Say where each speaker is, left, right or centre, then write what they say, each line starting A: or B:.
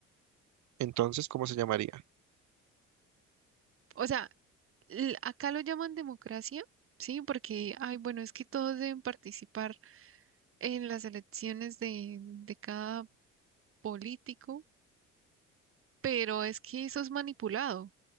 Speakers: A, on the right (about 75°); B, on the right (about 45°).
A: Entonces, ¿cómo se llamaría?
B: O sea, l- acá lo llaman democracia, ¿sí? Porque, ay, bueno, es que todos deben participar. en las elecciones de, de cada político, pero es que eso es manipulado,